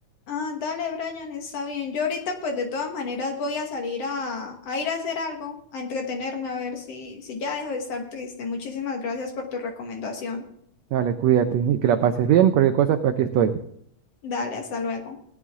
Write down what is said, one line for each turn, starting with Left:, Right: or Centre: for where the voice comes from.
Left: Ah, dale, Brian, está bien. Yo ahorita, pues de todas maneras, voy a salir a, a ir a hacer algo, a entretenerme, a ver si, si ya dejo de estar triste. Muchísimas gracias por tu recomendación.
Right: Dale, cuídate y que la pases bien. Cualquier cosa, pues aquí estoy.
Left: Dale, hasta luego.